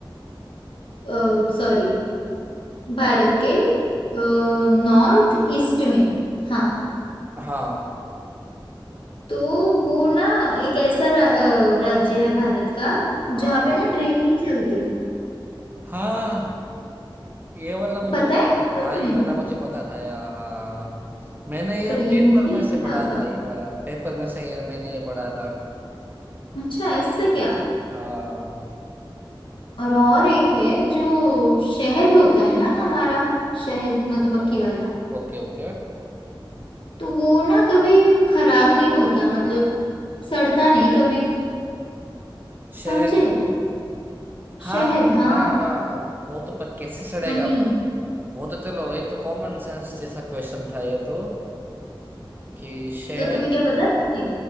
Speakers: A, on the left; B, on the right.
A: में सॉरी भारत
B: हाँ
A: के नॉर्थ ईस्ट में हाँ
B: हाँ
A: तो वो ना एक ऐसा रा, अ, राज्य है भारत का जहाँ
B: हाँ
A: पे ना ट्रेन नहीं चलती
B: हाँ ये वाला मुझे
A: पता
B: पता
A: है क्या
B: था
A: तुम्हें
B: हाँ ये वाला मुझे पता था यार हाँ हाँ। मैंने ये
A: पर ये
B: पेपर
A: मुझे
B: में
A: नहीं
B: से
A: पता
B: पढ़ा
A: था
B: था ये वाला पेपर में से ये मैंने ये पढ़ा था
A: अच्छा ऐसा क्या
B: हाँ
A: और और एक है जो शहद होता है ना हमारा शहद मधुमक्खी
B: ओ-
A: वाला
B: ओके ओके
A: तो वो ना कभी खराब नहीं होता मतलब सड़ता नहीं कभी समझे
B: शहर हाँ
A: शहद हाँ
B: हाँ हाँ वो तो पर कैसे सड़ेगा
A: हनी
B: वो तो चलो ये तो कॉमन सेंस जैसा क्वेश्चन था ये तो कि शहर
A: तो तुम्हें क्या पता था ये